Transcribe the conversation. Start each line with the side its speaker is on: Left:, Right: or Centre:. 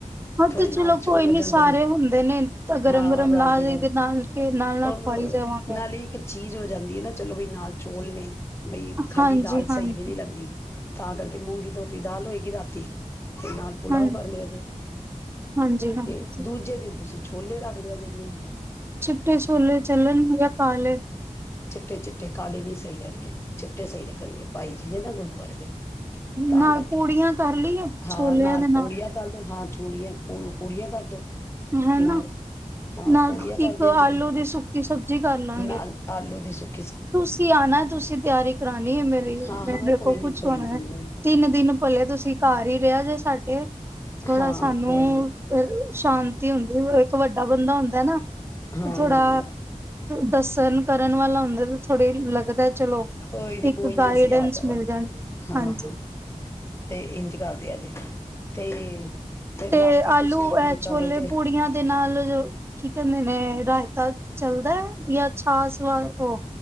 Right: ਹਾਂ
Left: ਥੋੜੇ
Right: ਤੇ
Left: ਨਾਲ
Right: ਚਲੋ
Left: ਚੋਲ
Right: ਕੋਈ ਨੀ
Left: ਹੋ
Right: ਸਾਰੇ
Left: ਜਾਂਦੇ ਨੇ
Right: ਹੁੰਦੇ ਨੇ, ਤਾਂ ਗਰਮ-ਗਰਮ
Left: ਹਾਂ ਰਲ
Right: ਲਾ
Left: ਕੇ
Right: ਲਈ
Left: ਗੱਲ
Right: ਦੇ ਨਾਲ ਕੇ ਨਾਲ-ਨਾਲ
Left: ਔਰ
Right: ਖਵਾਈ ਜਾਵਾਂਗੇ।
Left: ਨਾਲੇ ਇੱਕ ਚੀਜ਼ ਹੋ ਜਾਂਦੀ ਹੈ ਨਾ ਚਲੋ ਬਈ ਨਾਲ ਚੋਲ ਨੇ। ਬਈ ਖਾਲੀ
Right: ਹਾਂਜੀ
Left: ਦਾਲ
Right: ਹਾਂਜੀ
Left: ਸਹੀ ਵੀ ਨਹੀਂ ਲੱਗਦੀ। ਤਾਂ ਕਰਕੇ ਮੂੰਗੀ ਧੋਤੀ ਦਾਲ ਹੋਏ ਗੀ ਰਾਤੀ। ਤੇ ਨਾਲ ਪੁੁਲਾਓ
Right: ਹਾਂ
Left: ਕਰ ਲਿਆ ਜੇ।
Right: ਹਾਂਜੀ ਹਾਂਜੀ
Left: ਤੇ ਦੂਜੇ ਦਿਨ ਤੁਸੀਂ ਛ ਛੋਲੇ ਰੱਖ ਲਿਆ ਜੇ ਇੱਕ ਦਿਨ।
Right: ਚਿਟੇ ਛੋਲੇ ਚੱਲਣਗੇ ਯਾ ਕਾਲੇ?
Left: ਚਿੱਟੇ-ਚਿੱਟੇ ਕਾਲੇ ਨੀ ਸਹੀ ਰਹਿਣਗੇ ਚਿੱਟੇ ਸਹੀ ਲੱਗਣਗੇ ਭਾਈ ਜੀ ਨੇ ਨਾ ਗੁਰਦੁਆਰੇ ਦੇ। ਤਾਂ
Right: ਨਾਲ
Left: ਕਰਕੇ
Right: ਪੂੜੀਆਂ ਕਰ ਲਈਏ
Left: ਹਾਂ
Right: ਛੋਲਿਆਂ
Left: ਨਾਲ
Right: ਦੇ
Left: ਪੂੜੀਆਂ ਤਲ ਦੋ ਹਾਂ। ਪੂੜੀਆਂ ਪੂ-ਪੂੜੀਆਂ ਕਰ
Right: ਹਨਾ
Left: ਨਾਲ ਹਾਂ
Right: ਨਾਲ
Left: ਪੂੜੀਆਂ ਕਰ
Right: ਇੱਕ
Left: ਦਿਆ ਜੇ
Right: ਆਲੂ ਦੀ ਸੁੱਕੀ ਸਬਜ਼ੀ ਕਰ ਲਾਂਗੇ
Left: ਨਾਲ ਆਲੂ ਦੀ ਸੁੱਕ
Right: ਤੁਸੀਂ ਆਣਾ ਤੁਸੀਂ ਤਿਆਰੀ ਕਰਾਣੀ ਹੈ ਮੇਰ
Left: ਹਾਂ
Right: ਮ
Left: ਹਾਂ
Right: ਦੇਖੋ
Left: ਕੋਈ ਨੀ
Right: ਕੁਛ
Left: ਕੋਈ
Right: ਹੋਣਾ
Left: ਨੀ
Right: ਤਿੰਨ ਦਿਨ ਪਲੇ ਤੁਸੀਂ ਘਰ ਹੀ ਰਿਹਾ ਜੇ ਸਾਡੇ ਥੋੜਾ
Left: ਹਾਂ
Right: ਸਾਨੂੰ
Left: ਕੋਈ ਨੀ
Right: ਤੀ ਹੁੰਦੀ ਇੱਕ ਵੱਡਾ ਬੰਦਾ ਹੁੰਦਾ ਨਾ
Left: ਹਾਂ
Right: ਥੋੜਾ ਦੱਸਣ ਕਰਨ ਵਾਲਾ ਹੁੰਦਾ ਥੋੜੇ ਲੱਗਦਾ ਚਲੋ
Left: ਕੋਈ ਨੀ
Right: ਇੱਕ
Left: ਕੋਈ ਨੀ
Right: ਗਾਈਡੈਂਸ
Left: ਅਸੀਂ ਆ ਜਾਵਾਂਗੇ
Right: ਮਿਲ ਜਾਂਦੀ ਹੈ
Left: ਹਾਂ,
Right: ਹਾਂਜੀ
Left: ਤੇ ਇੰਝ ਕਰ ਦਿਆ ਜੇ ਤੇ ਫਿਰ
Right: ਤੇ
Left: ਰਾਤੀ
Right: ਆਲੂ
Left: ਤੁਸੀਂ
Right: ਇਹ ਛੋਲੇ
Left: ਕਾਲੇ
Right: ਪੂੜੀਆਂ ਦੇ ਨਾਲ ਜੋ ਕੀ ਕਹਿੰਦੇ ਨੇ ਰਾਇਤਾ ਚੱਲਦਾ ਯਾ ਛਾਸ ਵੱਲ ਉਹ